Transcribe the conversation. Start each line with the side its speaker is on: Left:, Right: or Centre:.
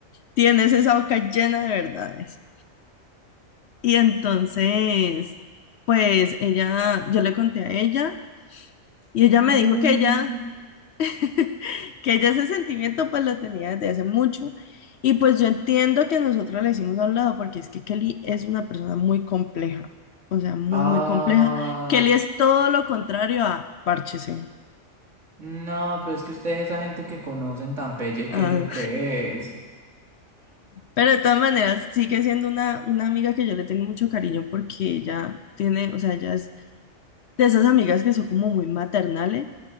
Left: tienes esa boca llena de verdades. Y entonces, pues ella, yo le conté a ella y ella
Right: No.
Left: me dijo que ella... <laughs> que ella ese sentimiento pues lo tenía desde hace mucho y pues yo entiendo que nosotros le hicimos a un lado porque es que Kelly es una persona muy compleja, o sea, muy,
Right: Ah,
Left: muy compleja. Kelly es todo lo contrario a Párchese.
Right: no, pero es que ustedes esa gente que conocen tan pelle,
Left: Ah,
Right: ¿qué es lo que es?
Left: pero de todas maneras sigue siendo una, una amiga que yo le tengo mucho cariño porque ella tiene, o sea, ella es de esas amigas que son como muy maternales